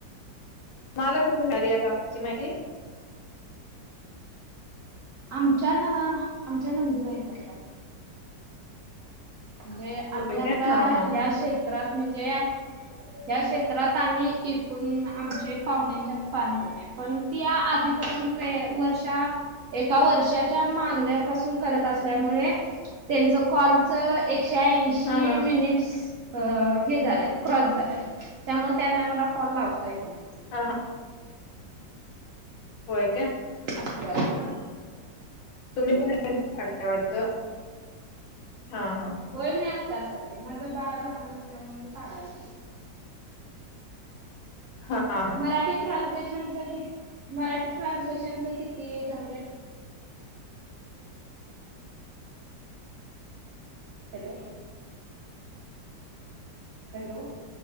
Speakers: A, on the left; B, on the right.
A: तुम्हाला कसं मिळालं या टास्क ची माहिती?
B: आमच्या ना आमच्या नंदुबाई करतात. म्हणजे आम्ही
A: होय
B: आता
A: काय हा हा
B: या शेत त्रात म्हणजे या क्षेत्रात आम्ही एकूण आमचे पाहुण्यांच्यात पांच जणी आहे पण त्या आधीपासून का वर्षा एका वर्षाच्या मागल्यापासून करत असल्यामुळे त्यांच कॉलच एक श्यायेंशी
A: हा हा
B: मिनिट्स अ हे झाल्यात क्रॉस झाल्यात त्यामुळं त्यांना मला कॉल लावता येत नाही.
A: हां, व्हय
B: असं झालंय ना?
A: तुम्ही
B: होय.
A: पण यावेळेला कॉल ला वाटतं. हां हां.
B: होय मी आत्ताच आली. माझं बाळ लहान असल्यामुळ मी काढाले,
A: हां, हां.
B: मराठी ट्रान्सलेश मराठी ट्रान्स्लेशन साठी, मराठी ट्रान्सलेशनच किती झाल्यात? हॅलो, हॅलो,